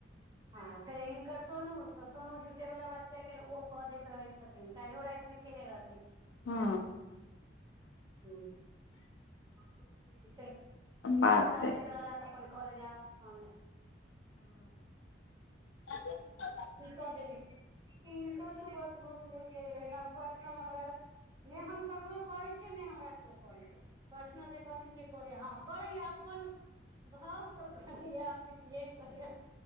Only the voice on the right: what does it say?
ह फेर हिनकर सोनू तऽ सोनू झुठे वाला बात <unintelligible> ओ कऽ दैत रहै छथिन काल्हि रातिमे केने रहथिन
<unintelligible>
चलैत रहला तऽ अपन क देला फन
क देली हिनका स बात भ गेलै पर्सनल हमरा नै हम ककरो करै छियै नै हमरा केओ करैया <unintelligible> करैय अपन भाव सब कहैया पितियैन करैया